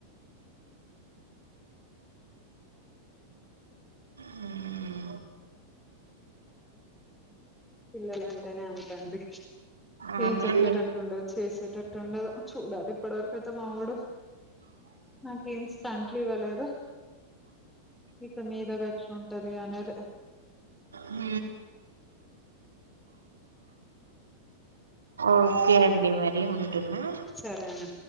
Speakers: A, on the right (about 75°); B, in the centre.
A: ఉమ్.
B: పిల్లలంటేనే అంతండి
A: అవునండి
B: ఏం చెప్పేటట్టుండదు చేసేట ఉండదు చూడాలి ఇప్పటివరకయితే మావోడు నాకేం స్టంట్లు ఇవ్వలేదు ఇక మీదగాచ్చం సది అనేది
A: ఊ ఓకే అండి మరి ఉంటున్నా
B: సరే అనా